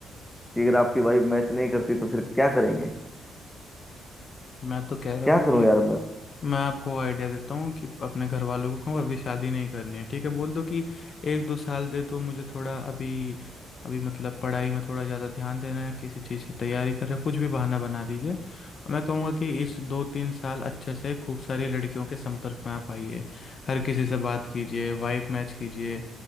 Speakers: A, in the centre; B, on the left.
A: कि अगर आपकी वाइफ मैच नहीं करती तो फिर क्या करेंगे
B: मैं तो कह रहा
A: क्या
B: हूँ कि
A: करूं यार मैं
B: मैं आपको आइडिया देता हूँ कि अपने घर वालों को कहूँ अभी शादी नहीं करनी है ठीक है बोल दो कि एक दो साल दे दो मुझे थोड़ा अभी अभी मतलब पढ़ाई में थोड़ा ज़्यादा ध्यान देना है किसी चीज़ की तैयारी कर रहे हो कुछ भी बहाना बना दीजिए और मैं कहूँगा कि इस दो तीन साल अच्छे से खूब सारी लड़कियों के संपर्क में आप आइए हर किसी से बात कीजिए वाइब मैच कीजिए